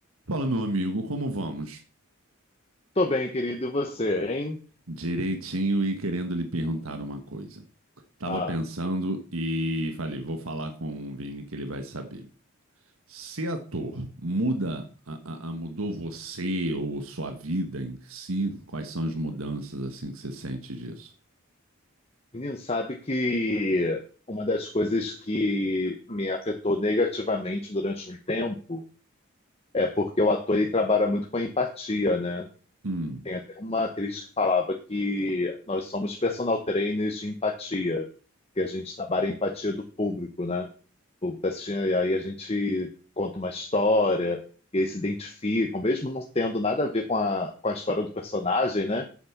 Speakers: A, on the right; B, on the left.
A: Fala, meu amigo, como vamos?
B: Tô bem, querido. E você, hein?
A: Direitinho e querendo lhe perguntar uma coisa. Tava
B: Ah,
A: pensando e falei, vou falar com o Vini que ele vai saber. Ser ator muda, a- a- a- mudou você ou sua vida em si? Quais são as mudanças assim que você sente disso?
B: menino, sabe que uma das coisas que me afetou negativamente durante um tempo é porque o ator ele trabalha muito com a empatia, né?
A: Hum.
B: Tem até uma atriz que falava que nós somos personal trainers de empatia, que a gente trabalha a empatia do público, né? O público tá assistindo e aí a gente conta uma história e eles se identificam, mesmo não tendo nada a ver com a, com a história do personagem, né?